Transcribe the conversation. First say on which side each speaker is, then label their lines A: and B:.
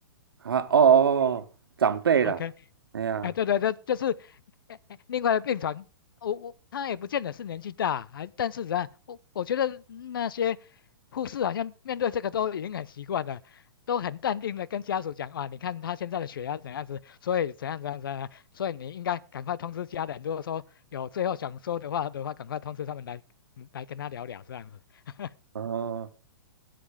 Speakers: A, on the right; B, on the left.
A: 啊，哦哦哦，哦长辈啦，
B: <laughs>，OK。
A: 哎呀，
B: 哎，对对对，就是哎哎另外的病床，我我他也不见得是年纪大，还但是啊，我我觉得那些护士好像面对这个都已经很习惯了，都很淡定的跟家属讲啊，你看他现在的血压怎样子，所以怎样怎样怎样，所以你应该赶快通知家人，如果说有最后想说的话的话，赶快通知他们来嗯来跟他聊聊这样子。<laughs>
A: 哦，